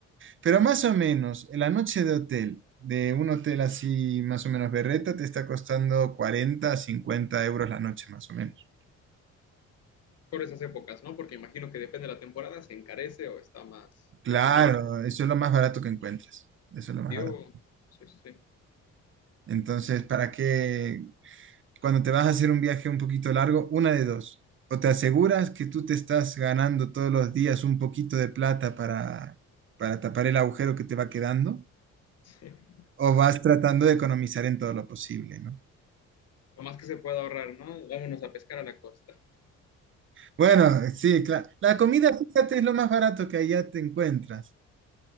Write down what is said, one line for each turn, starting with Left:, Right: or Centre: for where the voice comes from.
Right: Pero más o menos, en la noche de hotel, de un hotel así más o menos berreta, te está costando cuarenta, a 50 euros la noche más o menos.
Left: Por esas épocas, ¿no? Porque imagino que depende de la temporada, se encarece o está más
Right: Claro,
Left: económico.
Right: eso es lo más barato que encuentras. Eso es lo más
Left: Yo,
Right: barato.
Left: sí, sí.
Right: Entonces, ¿para qué? Cuando te vas a hacer un viaje un poquito largo, una de dos. O te aseguras que tú te estás ganando todos los días un poquito de plata para, para tapar el agujero que te va quedando,
Left: <laughs>
Right: o vas tratando de economizar en todo lo posible, ¿no?
Left: lo más que se pueda ahorrar, ¿no? Vámonos a pescar a la costa.
Right: Bueno, sí, claro. La comida, fíjate, es lo más barato que allá te encuentras.